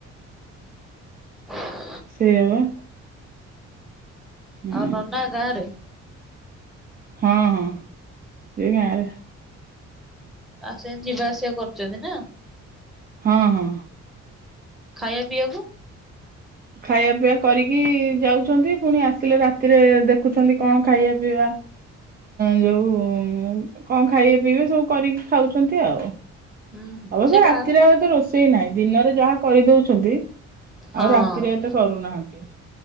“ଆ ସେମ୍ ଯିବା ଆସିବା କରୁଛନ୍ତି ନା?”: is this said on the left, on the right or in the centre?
Centre